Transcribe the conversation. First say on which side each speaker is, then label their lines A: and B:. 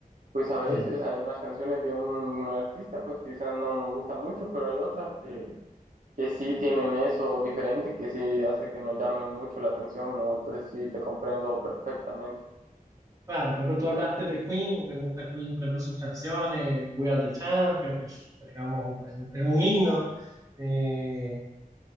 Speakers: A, on the right; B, on the right.
A: Pues a veces
B: Sí.
A: hay unas canciones de un artista, pues quizás no nos gusta mucho, pero hay otras que, que sí tienen eso diferente, que sí hace que nos llamen mucho la atención, ¿no? Entonces sí, te comprendo perfectamente.
B: Claro, por ejemplo, tú hablaste de Queen, me gusta Queen, por ejemplo, sus canciones, We Are the Champions, que es, digamos, es, es un himno, eh,